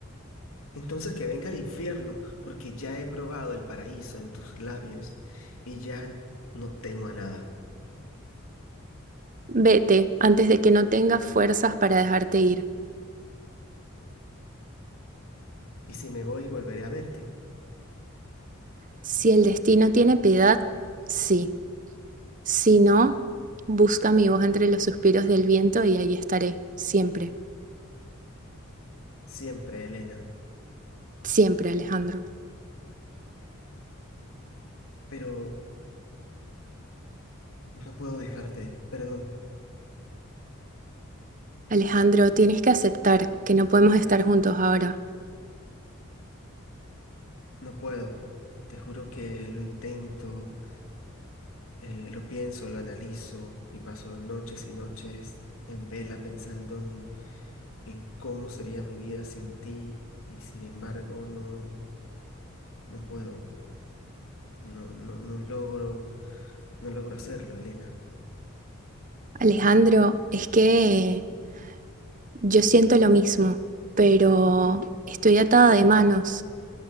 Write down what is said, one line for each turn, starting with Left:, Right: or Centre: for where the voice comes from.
Left: Entonces que venga el infierno, porque ya he probado el paraíso en tus labios y ya no temo a nada.
Right: Vete antes de que no tengas fuerzas para dejarte ir.
Left: Y si me voy, volveré a verte.
Right: Si el destino tiene piedad, sí. Si no, busca mi voz entre los suspiros del viento y ahí estaré, siempre,
Left: Siempre, Elena.
Right: siempre, Alejandro.
Left: Pero no puedo dejarte, perdón,
Right: Alejandro, tienes que aceptar que no podemos estar juntos ahora.
Left: no puedo. Te juro que lo intento. Eh, lo pienso, lo analizo y paso noches y noches en vela pensando en, en cómo sería mi vida sin ti y sin embargo no, no puedo, no, no, no logro, no logro hacerlo, Elena.
Right: Alejandro, es que yo siento lo mismo, pero estoy atada de manos.